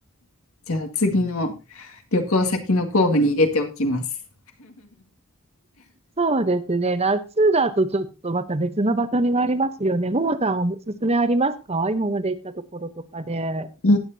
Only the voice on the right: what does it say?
そうですね。夏だとちょっとまた別の場所になりますよね。ももさんおすすめありますか今まで行ったところとかで。